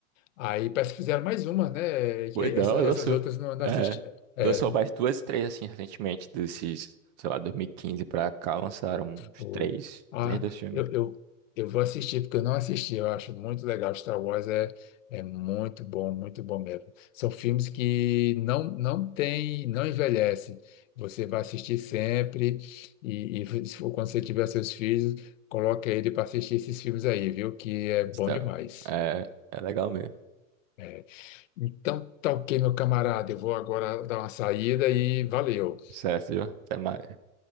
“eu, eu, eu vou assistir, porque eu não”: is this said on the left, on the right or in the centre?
Left